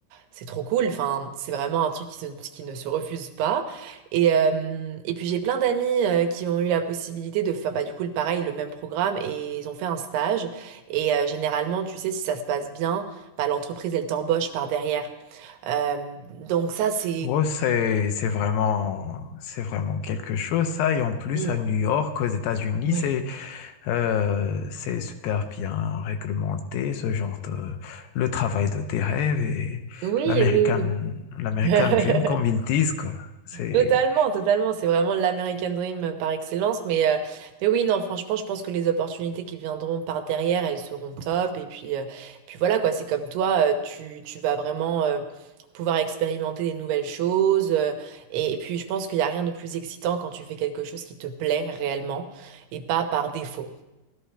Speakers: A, on the right; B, on the left.
A: C'est trop cool, enfin, c'est vraiment un truc qui, se- qui ne se refuse pas. Et, euh, et puis j'ai plein d'amis euh, qui ont eu la possibilité de faire bah, du coup le pareil, le même programme, et ils ont fait un stage. Et euh, généralement, tu sais, si ça se passe bien, bah, l'entreprise, elle t'embauche par derrière. Euh, donc ça, c'est...
B: Ouais, c'est, c'est vraiment, c'est vraiment quelque chose, ça. Et en plus,
A: Oui,
B: à New York, aux États-Unis,
A: oui,
B: c'est, euh, c'est super bien réglementé, ce genre de, le travail de tes rêves et
A: oui.
B: l'American,
A: oui.
B: l'American
A: <laughs>
B: Dream, comme ils disent, quoi. C'est,
A: Totalement, totalement. C'est vraiment l'American Dream par excellence. Mais, euh, mais oui, non, franchement, je pense que les opportunités qui viendront par derrière, elles seront top. Et puis, euh, et puis voilà, quoi. C'est comme toi, euh, tu, tu vas vraiment euh, pouvoir expérimenter des nouvelles choses. euh, et, et puis, je pense qu'il n'y a rien de plus excitant quand tu fais quelque chose qui te plaît réellement et pas par défaut.